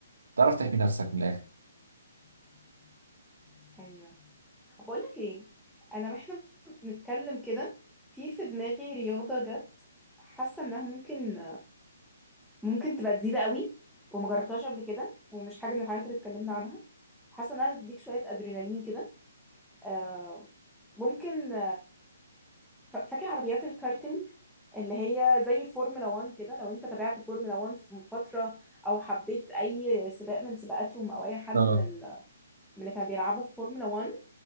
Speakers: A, on the right (about 80°); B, in the centre.
A: تعرف تحمي نفسك من الآخر
B: ايوه بقول لك ايه انا واحنا بنتكلم كده في في دماغي رياضه جت حاسه انها ممكن ممكن تبقى جديده قوي وما جربتهاش قبل كده ومش حاجه من الحاجات اللي اتكلمنا عنها حاسه انها تديك شويه ادرينالين كده آه ممكن ف- فاكر عربيات الكارتينج اللي هي زي فورمولا 1 كده لو انت تابعت فورمولا 1 في فترة او حبيت اي سباق من سباقاتهم او اي حد
A: اه
B: من ال- من اللي كانوا بيلعبوا في فورمولا 1